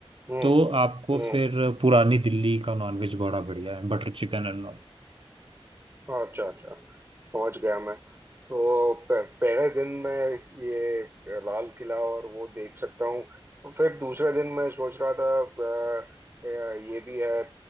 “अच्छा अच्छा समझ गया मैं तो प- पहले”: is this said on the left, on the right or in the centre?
Right